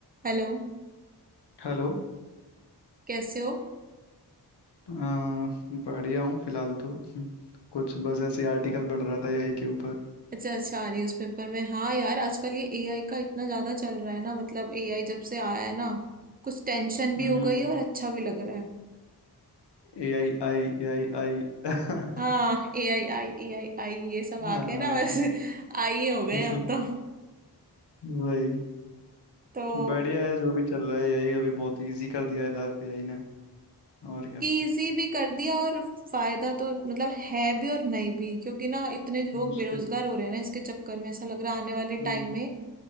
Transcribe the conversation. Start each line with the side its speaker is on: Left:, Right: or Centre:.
Right: Hello
Left: Hello
Right: कैसे हो
Left: अ, बढ़िया हूँ फिलहाल तो हम्म, कुछ बस ऐसे ही आर्टिकल पढ़ रहा था एआई के ऊपर
Right: अच्छा अच्छा न्यूज़पेपर में हाँ यार आजकल ये एआई का इतना ज्यादा चल रहा है ना मतलब एआई जब से आया है ना कुछ टेंशन भी
Left: हम्म
Right: हो गई है और अच्छा भी लग रहा है
Left: A I I A I आई <laughs>
Right: हाँ एआई आई एआई आई ये सब आ
Left: हाँ
Right: गए ना बस आई हो
Left: <laughs>
Right: गए हम तो
Left: वही
Right: <laughs> तो
Left: बढ़िया है जो भी चल रहा है एआई अभी बहुत इजी कर दिया है लाइफ एआई ने और क्या
Right: इजी भी कर दिया और फायदा तो मतलब है भी और नहीं भी क्योंकि ना इतने लोग
Left: मुश्किल
Right: बेरोजगार हो रहे हैं ना इसके चक्कर में ऐसा लग रहा है आने वाले
Left: हम्म
Right: टाइम में